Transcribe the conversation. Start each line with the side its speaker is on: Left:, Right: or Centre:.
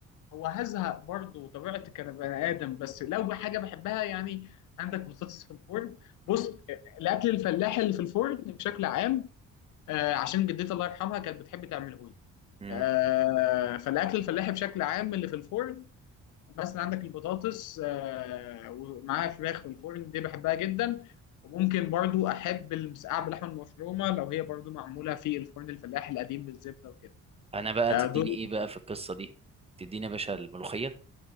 Left: هو هزهق برضه طبيعتي كان بني ادم بس لو حاجه بحبها يعني عندك بطاطس في الفرن بص الاكل الفلاحي اللي في الفرن بشكل عام آه عشان جدتي الله يرحمها كانت بتحب تعمله لي
Right: امم
Left: آه فالاكل الفلاحي بشكل عام اللي في الفرن مثلا عندك البطاطس آه، ومعاها فراخ في الفرن دي بحبها جدا وممكن برضو احب المسقعه باللحمه المفرومه لو هي برضو معموله في الفرن الفلاحي القديم بالزبده وكده
Right: انا بقى
Left: آه،
Right: تديني
Left: دول
Right: ايه بقى في القصه دي تديني يا باشا الملوخيه